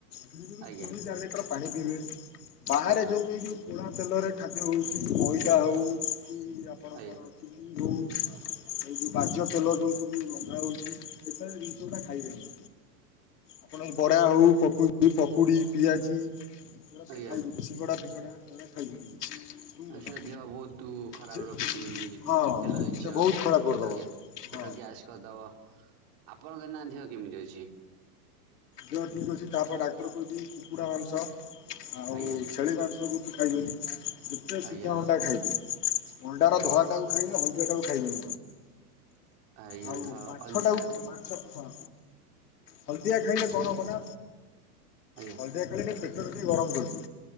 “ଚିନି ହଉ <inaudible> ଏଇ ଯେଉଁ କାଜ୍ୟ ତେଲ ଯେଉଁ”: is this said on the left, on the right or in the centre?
Left